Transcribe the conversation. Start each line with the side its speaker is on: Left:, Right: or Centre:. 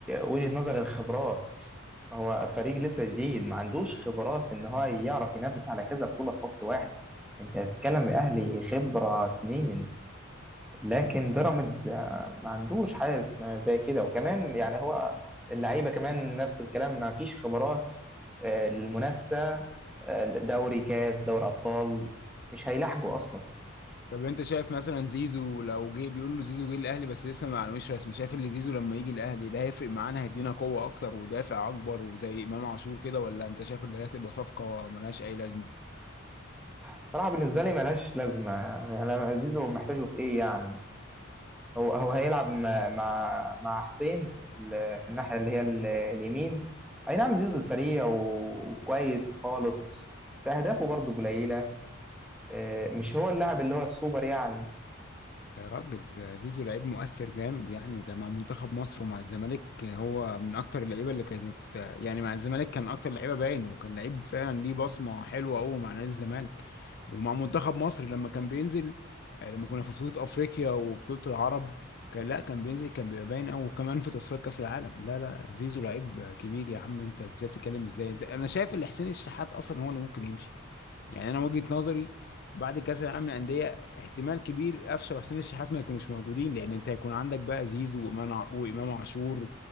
Centre: وجهه نظر الخبرات هو فريق لسه جديد ما عندوش خبرات ان هو يعرف ينافس على كذا بطولة في وقت واحد انت بتتكلم باهلي خبرة سنين لكن بيراميدز آه، ما عندوش حارس ما زي كده وكمان يعني هو اللعيبه كمان نفس الكلام ما فيش خبرات آه، للمنافسه آه، دوري كاس دوري ابطال مش هيلاحقوا اصلا
Left: طب انت شايف مثلا زيزو لو جه بيقول له زيزو جه الاهلي بس لسه ما معلومش رسمي شايف ان زيزو لما يجي الاهلي ده هيفرق معانا هيدينا قوة اكتر ودافع اكبر وزي امام عاشور كده ولا انت شايف ان هي هتبقى صفقة ملهاش اي لازمة
Centre: صراحه بالنسبه لي ملهاش لازمه يعني انا زيزو محتاجه في ايه يعني هو هو هيلعب م- مع مع حسين ال- في الناحيه اللي هي ال- اليمين اي نعم زيزو سريع و- وكويس خالص بس اهدافه برضه قليله آه، مش هو اللاعب اللي هو السوبر يعني
Left: يا راجل ده زيزو لعيب مؤثر جامد يعني ده مع منتخب مصر ومع الزمالك هو من اكتر اللعيبه اللي كانت يعني مع الزمالك كان اكتر لعيبه باين وكان لعيب فعلا ليه بصمه حلوه قوي مع نادي الزمالك ومع منتخب مصر لما كان بينزل لما كنا في بطوله افريقيا وبطوله العرب كان لا كان بينزل كان بيبقى باين قوي وكمان في تصفيات كاس العالم لا لا زيزو لعيب كبير يا عم انت ازاي بتتكلم ازاي انت انا شايف ان حسين الشحات اصلا هو اللي ممكن يمشي يعني انا وجهة نظري بعد كاس العالم للانديه احتمال كبير قفشه وحسين الشحات ما يكونوش موجودين لان انت هيكون عندك بقى زيزو وامام ع- وامام عاشور